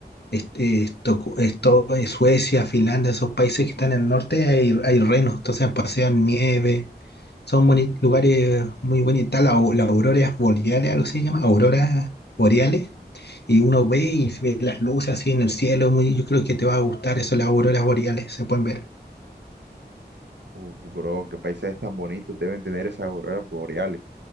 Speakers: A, on the left (about 70°); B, on the right (about 80°).
A: Este, esto, esto, eh, Suecia, Finlandia, esos países que están en el norte, hay, hay renos, entonces pasean nieve Son boni- lugares muy bonitos. Está la, au- la auroras boreales, algo así se llama, auroras boreales. Y uno ve y se ve las luces así en el cielo. Muy, yo creo que te va a gustar eso, las auroras boreales, se pueden ver.
B: Uf, bro, qué paisajes tan bonitos deben tener esas auroras boreales.